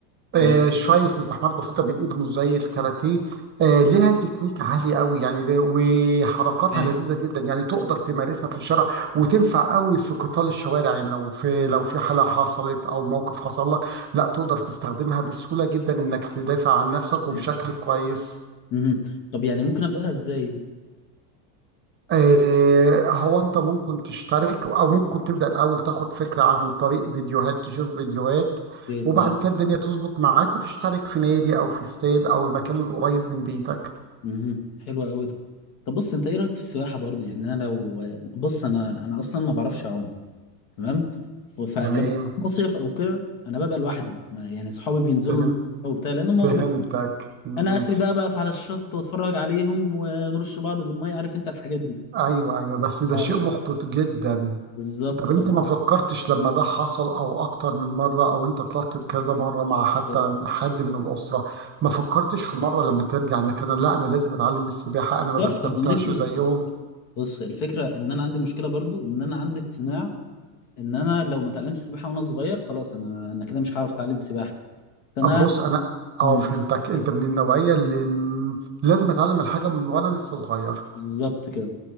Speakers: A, on the right; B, on the left.
A: آه،
B: تمام
A: شوية التحامات بسيطة بالإيد مش زي الكاراتيه آه، لها تكنيك عالي قوي يعني ده- وحركاتها
B: فاهم
A: لذيذة جدا يعني تقدر تمارسها في الشارع وتنفع قوي في قتال الشوارع يعني لو في لو في حالة حصلت أو موقف حصل لك لا تقدر تستخدمها بسهولة جدا إنك تدافع عن نفسك وبشكل
B: فاهم.
A: كويس
B: مهم. طب يعني ممكن ابداها ازاي دي
A: آه، هو انت ممكن تشترك او ممكن تبدا الاول تاخد فكره عن طريق فيديوهات تشوف فيديوهات
B: اوكي تمام
A: وبعد كده الدنيا تظبط معاك وتشترك في نادي او في استاد او المكان القريب من بيتك
B: مهم. حلو قوي ده طب بص انت ايه رايك في السباحه برضه يعني انا لو بص انا انا اصلا ما بعرفش اعوم تمام ف- فلما
A: تمام
B: بروح مصيف او كده انا ببقى لوحدي ما يعني صحابي بينزلوا
A: فهم
B: المية وبتاع لانهم
A: فهمتك
B: هم بي...
A: مم.
B: انا اخري بقى بقف على الشط واتفرج عليهم ونرش بعض بالميه عارف انت الحاجات دي
A: ايوه ايوه بس ده
B: اه
A: شيء
B: لا
A: محبط جدا
B: بالظبط
A: طب
B: ف
A: انت ما فكرتش لما ده حصل او اكتر من مره او انت طلعت كذا مره مع حتى
B: بالظبط
A: حد من الاسره ما فكرتش في مره لما ترجع انك انا لا انا لازم اتعلم السباحه انا ما
B: انا
A: بستمتعش
B: نفسي
A: زيهم
B: بت- بص الفكره ان انا عندي مشكله برضو ان انا عندي اقتناع ان انا لو ما اتعلمتش سباحه وانا صغير خلاص انا انا كده مش هعرف اتعلم سباحه فانا
A: أب بص انا
B: مم.
A: اه فهمتك انت من النوعيه اللي م- لازم اتعلم الحاجه من وانا لسه صغير
B: بالظبط كده